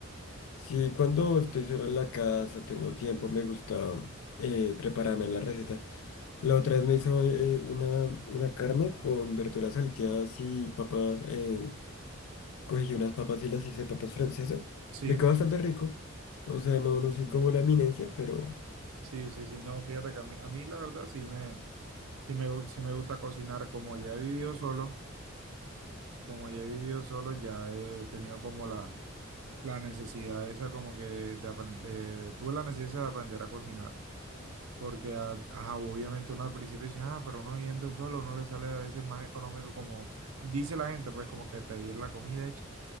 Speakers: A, on the left; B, on the right.
A: sí cuando estoy solo en la casa, tengo tiempo, me gusta eh, prepararme las recetas. La otra vez me hizo eh, una, una carne con verduras salteadas y papas. eh, cogí unas papas y las hice papas francesas.
B: Sí.
A: Me quedó bastante rico. O sea,
B: Mm,
A: no, no soy como la eminencia, pero
B: Sí, sí, sí, no, fíjate que a mí, a mí la verdad sí me, sí me, gu- sí me gusta cocinar, como ya he vivido solo, como ya he vivido solo, ya he tenido como la, la necesidad esa como que de, de, apren- de- tuve la necesidad de aprender a cocinar, porque a- ajá, obviamente uno al principio dice, ah, pero uno yendo solo, no le sale a veces más económico como dice la gente, pues como que pedir la comida de